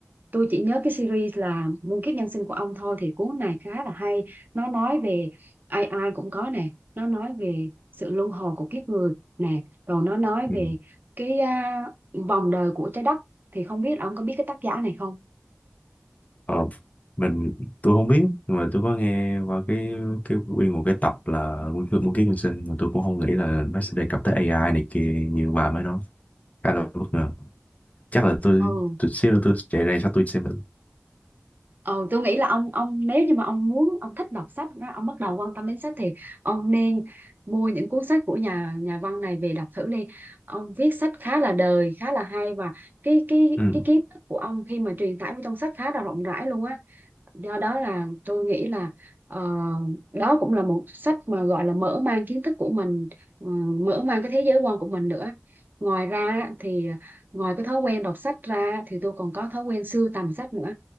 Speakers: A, on the right; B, on the left.
A: tôi chỉ nhớ cái series là muôn kiếp nhân sinh của ông thôi thì cuốn này khá là hay nó nói về ai ai cũng có nè nó nói về sự luân hồi của kiếp người nè rồi nó nói
B: ừ
A: về cái à, vòng đời của trái đất thì không biết ông có biết cái tác giả này không
B: ờ mình tôi không biết nhưng mà tôi có nghe qua cái cái nguyên một cái tập là Nguyên Kiếp Nguyên Kiếp Nhân Sinh mà tôi cũng không nghĩ là nó sẽ đề cập tới AI này kia như bà mới nói khá là bất ngờ chắc là tôi
A: ừ
B: tôi xíu nữa tôi chạy ra sao tôi xem thử
A: Ừ, tôi nghĩ là ông ông nếu như mà ông muốn ông thích đọc sách đó, ông bắt đầu quan tâm đến sách thì ông nên mua những cuốn sách của nhà nhà văn này về đọc thử đi. Ông viết sách khá là đời, khá là hay và cái cái
B: ừ
A: cái kiến thức của ông khi mà truyền tải vào trong sách khá là rộng rãi luôn á do đó là tôi nghĩ là ờ, đó cũng là một sách mà gọi là mở mang kiến thức của mình ờ, mở mang cái thế giới quan của mình nữa ngoài ra thì ngoài cái thói quen đọc sách ra thì tôi còn có thói quen sưu tầm sách nữa